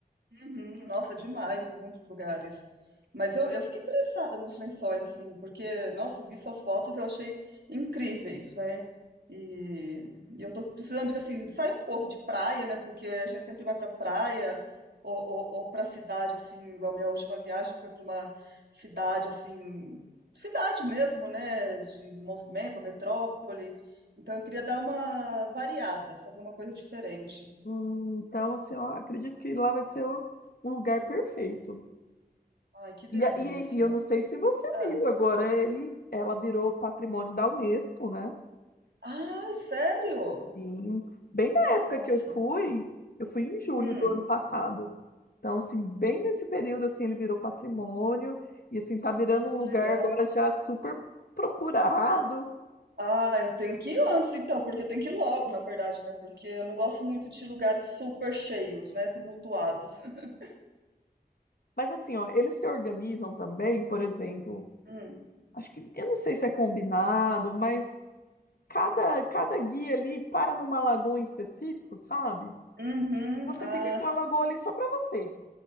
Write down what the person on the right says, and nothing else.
Uhum, nossa, demais, muitos lugares. Mas eu, eu fiquei interessada nos lençóis, assim, porque, nossa, eu vi suas fotos, e eu achei incríveis, né? E, e eu tô precisando de, assim, sair um pouco de praia, né? Porque a gente sempre vai pra praia ou, ou, ou pra cidade, assim, igual a minha última viagem foi pra uma cidade, assim, cidade mesmo, né? De movimento, metrópole. Então eu queria dar uma variada, fazer uma coisa diferente.
Ai, que delícia.
Ah.
Ai, sério?
Nossa.
Hum.
Ai,
que
legal.
Ah, eu tenho que ir antes então, porque eu tenho que ir logo, na verdade, né? Porque eu não gosto muito de lugares super cheios, né? Tumultuados. <laughs>
Hum.
Uhum.
Ah,
sim.